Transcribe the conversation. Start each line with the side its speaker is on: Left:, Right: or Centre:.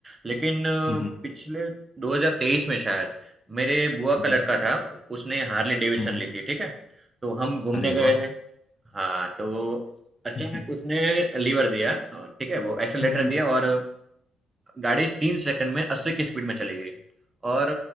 Right: लेकिन अ,
Left: हम्म हम्म,
Right: पिछले 2023 में शायद मेरे बुआ
Left: जी
Right: का लड़का था उसने हार्ले डेविडसन
Left: हम्म
Right: ली थी ठीक है तो हम घूमने
Left: अरे
Right: गए
Left: वाह
Right: थे हाँ तो अचानक
Left: <laughs>
Right: उसने लीवर दिया अ, ठीक है वो एक्सेलेटर
Left: हम्म
Right: दिया और गाड़ी 3 सेकंड में 80 की स्पीड में चली गई और